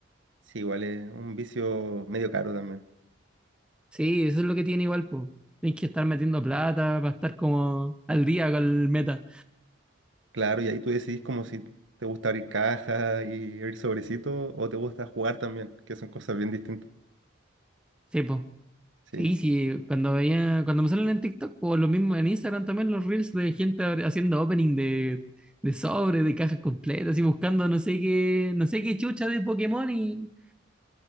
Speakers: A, on the right; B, in the centre.
A: Sí, igual es un vicio medio caro también.
B: Sí, eso es lo que tiene igual, pues. Tienes que estar metiendo plata para estar como al día con el meta.
A: Claro, y ahí tú decidís como si te gusta abrir cajas y abrir sobrecitos o te gusta jugar también, que son cosas bien distintas.
B: Sí, pues.
A: Sí.
B: Sí, sí, cuando veía, cuando me salen en TikTok o lo mismo en Instagram también los reels de gente abri- haciendo opening de, de sobre, de cajas completas y buscando no sé qué, no sé qué chucha de Pokémon y,